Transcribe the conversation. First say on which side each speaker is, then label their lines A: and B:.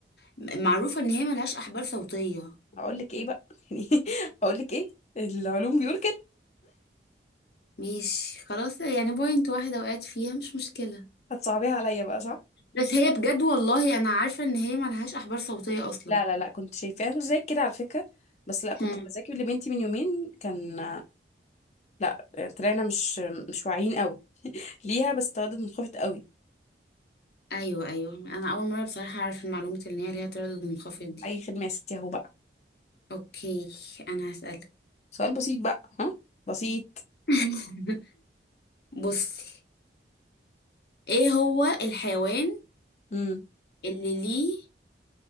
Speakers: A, on the left (about 60°); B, on the left (about 40°).
A: م- معروفة ان هي ملهاش احبال صوتية
B: هقول لك ايه بقى <laughs> يعني هقول لك ايه العلوم بيقول كده
A: مش خلاص يعني بوينت واحدة وقعت فيها مش مشكلة
B: هتصعبيها عليا بقى صح
A: بس هي بجد والله انا عارفة ان هي ملهاش احبال صوتية اصلا
B: لا لا لا كنت شايفاها مش زي كده على فكره بس لا كنت
A: هم.
B: بذاكر لبنتي من يومين كان لا طلعنا مش مش واعيين قوي ليها بس تردد منخفض قوي
A: ايوه ايوه انا اول مره بصراحه اعرف المعلومه ان هي ليها تردد منخفض دي
B: اي خدمه يا ستي اهو بقى
A: اوكي انا هسألك
B: سؤال بسيط بقى ها بسيط
A: <laughs> بصي ايه هو الحيوان
B: امم
A: اللي ليه